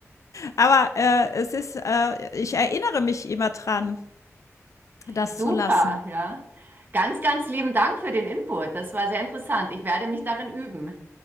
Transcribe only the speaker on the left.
aber, äh, es ist äh, ich erinnere mich immer dran, das
zu lassen.